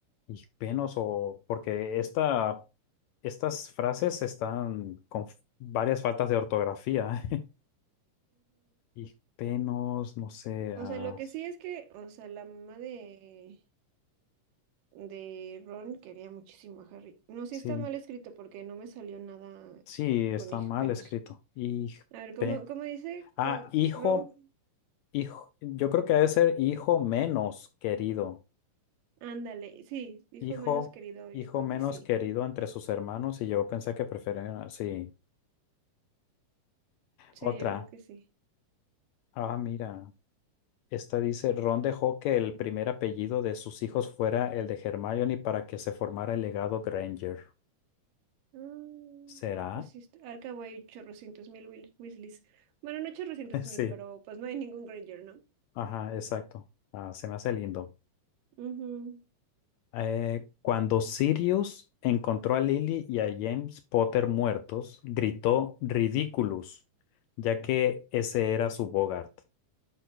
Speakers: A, on the left; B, on the right.
A: Y penos o porque esta, estas frases están con f- varias faltas de ortografía. <laughs> Y penos, no sé,
B: O
A: ah,
B: sea, lo que sí es que, o sea, la mamá de, de Ron quería muchísimo a Harry. No, sí
A: sí,
B: está mal escrito porque no me salió nada
A: sí, está
B: con hijpenos.
A: mal escrito. Y
B: A ver, ¿cómo,
A: pe-
B: cómo dice
A: ah,
B: que
A: hijo,
B: Ron?
A: hijo, yo creo que debe ser hijo menos querido.
B: Ándale, sí, hijo
A: Hijo,
B: menos querido,
A: hijo
B: yo creo
A: menos
B: que sí.
A: querido entre sus hermanos y yo pensé que preferían, sí,
B: Sí,
A: otra.
B: yo creo que sí.
A: Ah, mira. Esta dice, Ron dejó que el primer apellido de sus hijos fuera el de Hermione para que se formara el legado Granger.
B: Ah,
A: ¿Será?
B: pues sí, está- al cabo hay chorrocientos mil Wil- Weasleys. Bueno, no chorrocientos
A: <laughs> Sí.
B: mil, pero pues no hay ningún Granger, ¿no?
A: Ajá, exacto. Ah, se me hace lindo.
B: Ujú.
A: Eh, cuando Sirius encontró a Lily y a James Potter muertos, gritó Ridiculous, ya que ese era su Bogart.